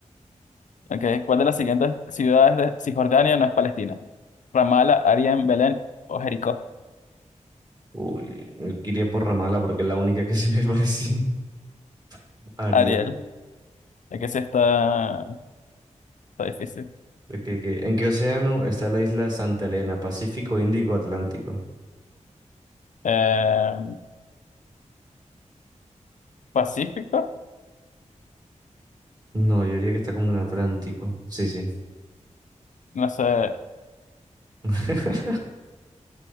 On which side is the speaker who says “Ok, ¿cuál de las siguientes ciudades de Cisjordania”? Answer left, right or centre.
Left